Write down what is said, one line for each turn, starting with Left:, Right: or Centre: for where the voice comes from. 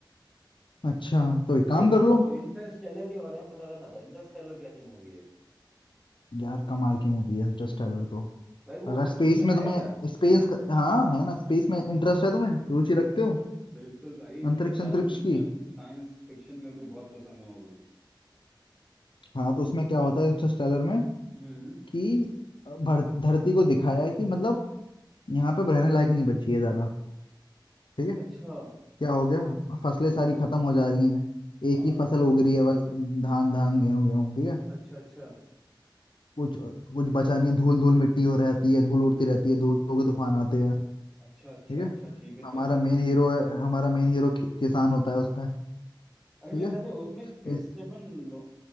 Left: अच्छा तो एक
Centre: भाई
Left: काम
Centre: मेरे
Left: कर
Centre: को
Left: लो
Centre: इंटरस्टेलर के बारे में पता करना था इंटरस्टेलर कैसी मूवी है
Left: यार कमाल की मूवी है इंटरस्टेलर तो
Centre: भाई वो
Left: अगर
Centre: हिंदी
Left: स्पेस
Centre: में
Left: में
Centre: है
Left: तुम्हें
Centre: क्या
Left: स्पेस का हाँ है ना स्पेस में इंटरेस्ट है तुम्हें रुचि रखते हो
Centre: बिल्कुल भाई मेरे
Left: अंतरिक्ष
Centre: को साइंस
Left: अंतरिक्ष
Centre: फिक्शन
Left: की
Centre: साइंस फिक्शन मेरे को बहुत पसंद है मूवी
Left: हाँ तो उसमें क्या होता है इंटरस्टेलर में
Centre: हम्म
Left: कि भर, धरती को दिखाया है कि मतलब यहाँ पे रहने लायक नहीं बची है ज्यादा ठीक है
Centre: अच्छा
Left: क्या हो गया फसलें सारी खत्म हो जा रही हैं एक
Centre: हाँ हाँ,
Left: ही फसल उग रही है बस धान धान गेहूं गेहूं ठीक है
Centre: अच्छा अच्छा
Left: कुछ कुछ बचा नहीं है धूल धूल मिट्टी हो रहती है धूल उड़ती रहती है धूलों के तूफान आते हैं
Centre: अच्छा
Left: ठीक
Centre: अच्छा
Left: है
Centre: अच्छा ठीक है
Left: हमारा
Centre: फिर
Left: मेन हीरो है हमारा मेन हीरो किसान होता है उसमें
Centre: अरे
Left: ठीक
Centre: मेरे
Left: है
Centre: ख्याल से उसमें क्रिस्टेफन
Left: इस-
Centre: लो